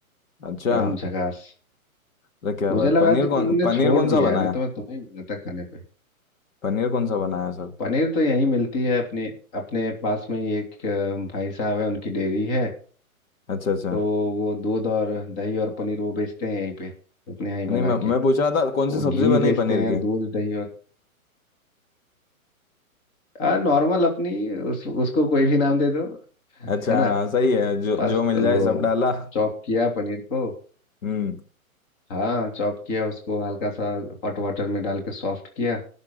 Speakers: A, on the left; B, on the left.
A: अच्छा
B: एकदम झकास
A: अरे क्या
B: मुझे
A: बात
B: लगा
A: पनीर
B: कि
A: कौन
B: तुमने
A: पनीर
B: छोड़
A: कौन
B: दिया
A: सा बनाया
B: है नहीं तो मैं तुम्हें ही बनाता खाने
A: पनीर कौन सा बनाया सर
B: पनीर तो यहीं मिलती है अपने अपने पास में ही एक अ, भाई साहब है उनकी डेयरी है
A: अच्छा अच्छा
B: तो वो दूध और दही और पनीर वो बेचते हैं यहीं पे अपने यहाँ ही
A: नहीं
B: बना
A: मैं
B: के
A: मैं पूछ रहा था कौन
B: वो
A: सी सब्जी
B: घी
A: बनी
B: बेचते
A: पनीर
B: हैं
A: की
B: दूध दही और आ नॉर्मल अपनी उस, उसको कोई भी नाम दे दो
A: अच्छा
B: है ना
A: हाँ, सही है जो
B: बस
A: जो मिल जाए
B: वो
A: सब डाला
B: चॉप किया पनीर को
A: हम्म
B: हाँ चॉप किया उसको हल्का सा हॉट वाटर में डाल के सॉफ्ट किया